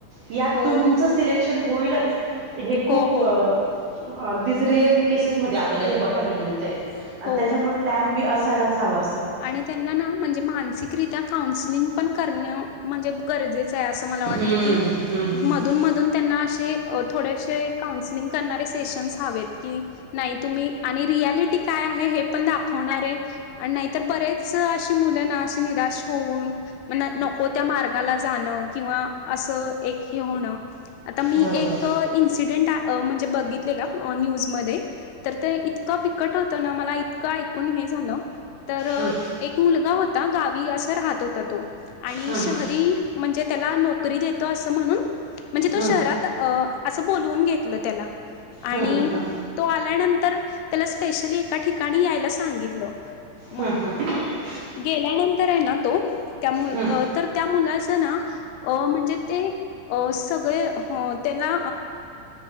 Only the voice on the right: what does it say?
यात
तुमचं सिलेक्शन होईलच हे खूप
अगदीच रिअरली केसेस मध्ये आपल्याला हे बघायला मिळतय. आणि
त्याच्यामुळे प्लॅन बी असायलाच हवा.
हम्म
हम्म हम्म
बरोबर
हम्म
हम्म
हम्म
हम्म हम्म
हम्म हम्म.
हम्म